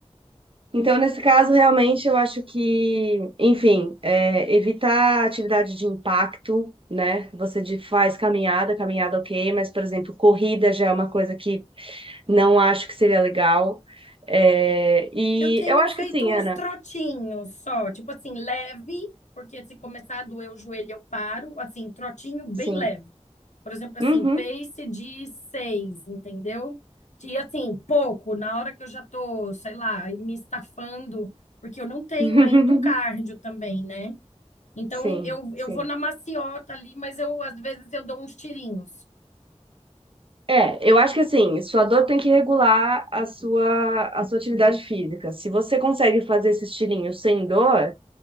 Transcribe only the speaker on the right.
Então, nesse caso, realmente, eu acho que, enfim, é, evitar atividade de impacto, né? Você de- faz caminhada, caminhada ok, mas, por exemplo, corrida já é uma coisa que não acho que seria legal. É, e
eu acho
que sim,
Ana.
Sim.
Uhum.
<laughs>
Sim,
sim.
É, eu acho que assim, sua dor tem que regular a sua, a sua atividade física. Se você consegue fazer esse estilinho sem dor,